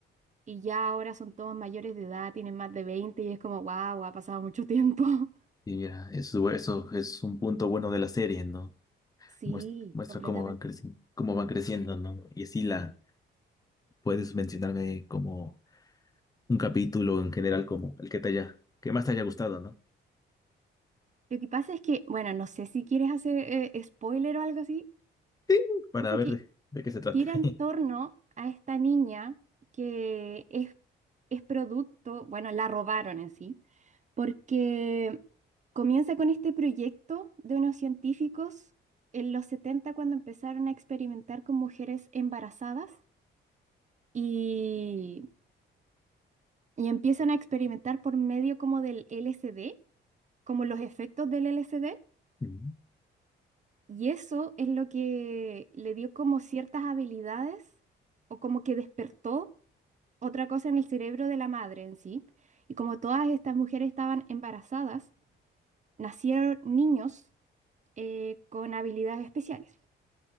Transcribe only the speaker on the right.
y ya ahora son todos mayores de edad, tienen más de 20 y es como, wow, ha pasado mucho tiempo. <laughs>
Sí,
completamente.
Lo que pasa es que, bueno, no sé si quieres hacer eh, spoiler o algo así.
O sea
que
gira
en torno a esta niña que es, es producto, bueno, la robaron en sí, porque comienza con este proyecto de unos científicos en los 70 cuando empezaron a experimentar con mujeres embarazadas y, y empiezan a experimentar por medio como del LSD, como los efectos del LSD.
Y eso es lo que le dio como ciertas habilidades o como que despertó otra cosa en el cerebro de la madre en sí. Y como todas estas mujeres estaban embarazadas, nacieron niños eh, con habilidades especiales.